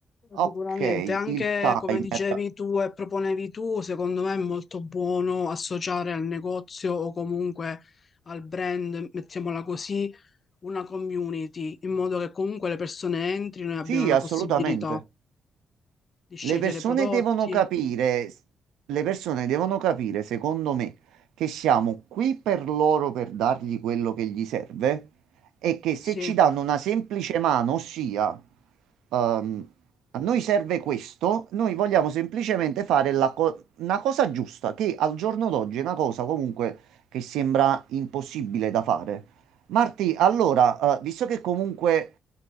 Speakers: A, on the right; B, on the left.
A: ok,
B: Sicuramente, anche
A: il timer.
B: come dicevi tu e proponevi tu, secondo me è molto buono associare al negozio o comunque al brand, mettiamola così, una community, in modo che comunque le persone entrino e abbiano
A: Sì,
B: la
A: assolutamente.
B: possibilità di scegliere
A: Le persone
B: prodotti.
A: devono capire, le persone devono capire, secondo me, che siamo qui per loro per dargli quello che gli serve e che se
B: Sì,
A: ci
B: ho
A: danno una semplice mano, ossia, ehm, a noi serve questo, noi vogliamo semplicemente fare la co- una cosa giusta, che al giorno d'oggi è una cosa comunque che sembra impossibile da fare. Marti, allora, eh, visto che comunque